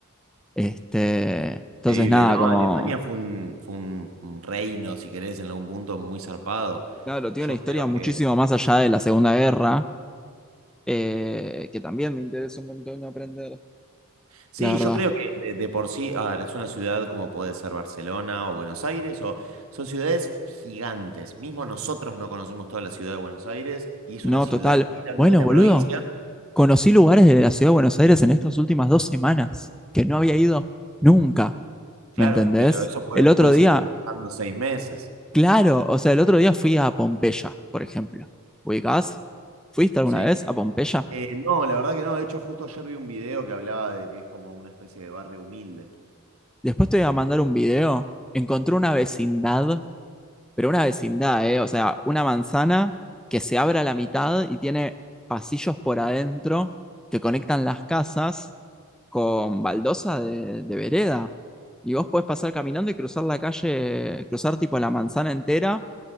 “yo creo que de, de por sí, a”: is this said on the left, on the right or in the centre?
Right